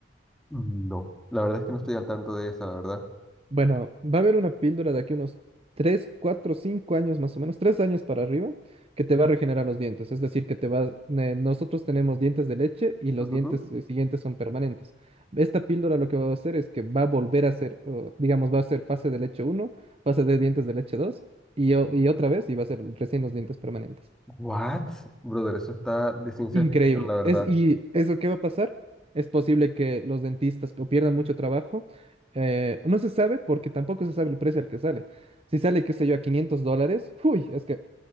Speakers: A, in the centre; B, on the right.
A: No. La verdad es que no estoy al tanto de esa, la verdad.
B: Bueno, va a haber una píldora de aquí unos 3, 4, 5 años más o menos, 3 años para arriba, que te va a regenerar los dientes. Es decir, que te vas, eh, nosotros tenemos dientes de leche y los
A: Ujú.
B: dientes eh, siguientes son permanentes. Esta píldora lo que va a hacer es que va a volver a ser, o, digamos, va a ser fase de leche uno, fase de dientes de leche 2 y, o- y otra vez y va a ser recién los dientes permanentes.
A: What? Brother, eso está de ciencia
B: Increíble.
A: ficción, la verdad.
B: Es, ¿y eso qué va a pasar? Es posible que los dentistas o pierdan mucho trabajo. eh, no se sabe porque tampoco se sabe el precio al que sale. Si sale, qué sé yo, a 500 dólares, uy, es que